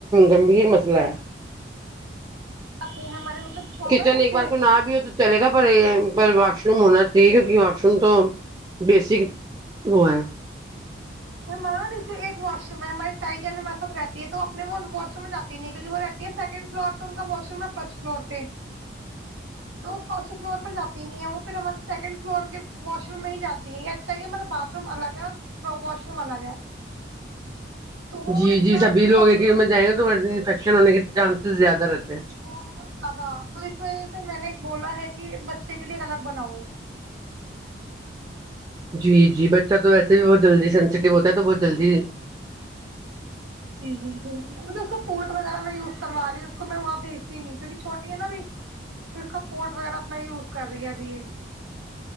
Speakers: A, on the right; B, on the right.
A: گمبھیر مسئلہ ہے
B: اپنے ہمارے مطلب شاپ
A: کچن
B: ہے نیچے
A: ایک بار کو نہ بھی ہو تو چلے گا پر واش ش روم ہونا چاہیے کیونکہ واش روم تو بیسک وہ ہے
B: ہمارا نیچے ایک واش روم ہے ہمارے تائی جین ہمارے سات رہتی ہے تو اپنے وہ واش روم میں جاتی نہیں کیونکہ وہ رہتی ہے سیکنڈ فلور پہ ان کا واش روم ہے فرسٹ فلور پہ تو فرسٹ فلور پہ جات ہی نہیں ہے وہ پھر ہمارے سیکنڈ فلور کے واش روم میں ہی جاتی ہے یہ اچھا کہ ہمارا باتھ روم الگ ہے اور واش روم الگ ہے تو وہ
A: جی
B: اتنا
A: جی سبھی لوگ
B: سب
A: ہے کہ میں جائیں گے توفش ہونے کے چانسز زیادہ رہتے ہیں
B: گولول زیادہ توس میں نے ایک بولا ہے کہ بچے کے لیے الگ بناؤ
A: جی جی بچہ تو ویسے بھی بہت جلدی سینسٹیو ہوتا ہے تو بہت جلدی
B: جی جی جی پورٹ وغیرہ میں یوز کروا رہی ہوں اس کو میں وہاں بھیجتی نہیں کیکہ چھوٹی ہے نا اب تو اس کا پورٹ وغیرہ اپنا یوز کر رہی ہے ابھی یہ